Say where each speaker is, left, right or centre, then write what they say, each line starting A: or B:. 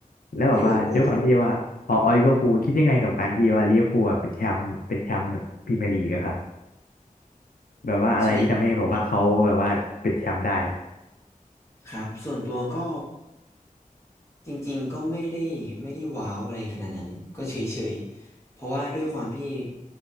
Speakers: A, on the left (about 75°); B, on the left (about 20°).
A: แล้วแบบว่าด้วยความที่ว่าพอลิเวอร์พูลคิดยังไงกับการที่ว่าลิเวอร์พูลอะเป็นแชมป์เป็นแชมป์พรีเมียร์ลีกอะครับ
B: ลิเวอร์พูล
A: แบบว่าอะไรที่ทำให้แบบว่าเขาแบบว่าเป็นแชมป์ได้
B: ชื่อครับ ส่วนตัวก็ จริงๆก็ไม่ได้ไม่ได้ว้าวอะไรขนาดนั้น <laughs> ก็เฉยๆเพราะว่าด้วยความที่